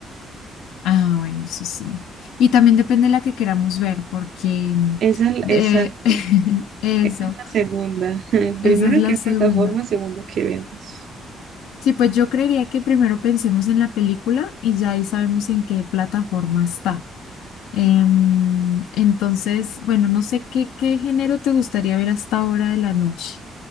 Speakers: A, on the left; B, on the right.
A: Ah, bueno, eso sí. Y también depende de la que queramos ver, porque
B: Esa es, exacto,
A: eh, <laughs> eso,
B: esa es la segunda. <laughs> Primero,
A: esa es la
B: ¿en qué
A: segunda.
B: plataforma? Segundo, ¿qué vemos?
A: Sí, pues yo creería que primero pensemos en la película y ya ahí sabemos en qué plataforma está. Em, entonces, bueno, no sé qué, qué género te gustaría ver hasta ahora de la noche.